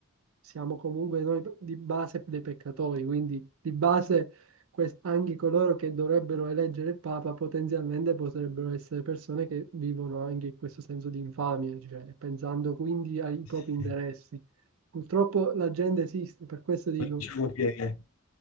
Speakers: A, on the right; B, on the left.
A: siamo comunque noi di base dei peccatori, quindi di base quest- anche coloro che dovrebbero eleggere il Papa potenzialmente potrebbero essere persone che vivono anche questo senso di infamia, cioè pensando quindi ai propri
B: Sì.
A: interessi. Purtroppo la gente esiste, per questo dico,
B: Poi diciamo che...